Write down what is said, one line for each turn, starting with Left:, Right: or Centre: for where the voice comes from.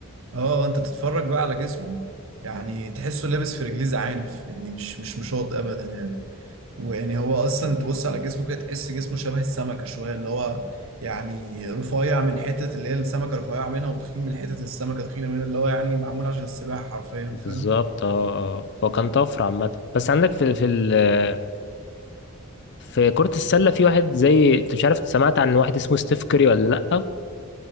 Right: اه انت تتفرج بقى على جسمه يعني تحسه لابس في رجليه زعانف يعني مش مش مشاط ابدا يعني ويعني هو اصلا تبص على جسمه كده تحس جسمه شبه السمكه شويه اللي هو يعني رفيع من حتت اللي هي السمكه رفيعه منها وتخين من حتت السمكه تخينه منها اللي هو يعني معمول عشان السباحه حرفيا
Left: بالظبط
Right: فاهم
Left: اه آه، هو كان طفره عامه بس عندك في في ال- في كرة السلة في واحد زي انت مش عارف سمعت عن واحد اسمه ستيف كيري ولا لأ